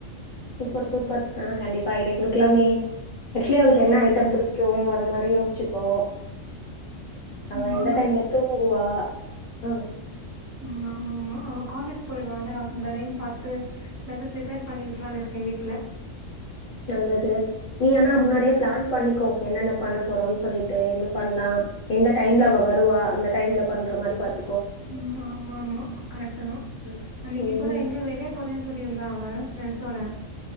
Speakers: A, on the left; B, on the right.
A: சூப்பர் சூப்பர் ஆ கண்டிப் ஃபை டே குடுக்லாமே ஆக்சுலி அவளுக்கு
B: ம்
A: என்ன ஐட்டம் புடிக் கு அத மாரி யோச்சிக்கோ அவ
B: ம்
A: எந்த
B: ஆமா
A: டைம்ல தூங்குவா ஆ
B: ம் ஆமா ஆமா அவ காலேஜ் போய்டுவாள அந்த டைம் பாத்து எதாது ப்ரிப்பேர் பண்ணி வக்கலானு இருக்கே வீட்ல
A: நல்லது நீ ஆனா
B: ம்
A: முன்னாடியே பிளான் பண்ணிக்கோ என்னென்ன பண்ண போறோன் சொல்லிட்டு என்ன பண்லா எந்த டைம்ல அவ வருவா அந்த டைம்ல பண்ற மாரி பாத்
B: ம் ஆமா ஆமா கரெக்ட் தா
A: ம்
B: அன்னைக்கு
A: ம்.
B: கூட எங்க வெளிய போறேன் சொல்லிருந்தா வ ஃப்ரெண்ட்சோட